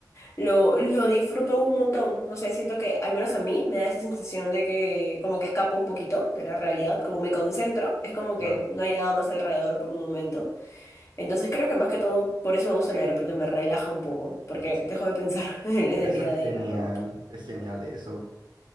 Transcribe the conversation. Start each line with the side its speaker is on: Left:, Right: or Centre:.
Left: lo, lo disfruto un montón. No sé, siento que al menos a mí me da esa sensación de que como que escapo un poquito de la realidad, como me concentro, es como
Right: claro.
Left: que no hay nada más alrededor por un momento. Entonces creo que más que todo por eso me gusta leer, porque me relaja un poco, porque
Right: Sí.
Left: dejo de pensar <laughs> en, el en
Right: Eso
Left: el día
Right: es genial,
Left: a día, ¿no?
Right: es genial eso.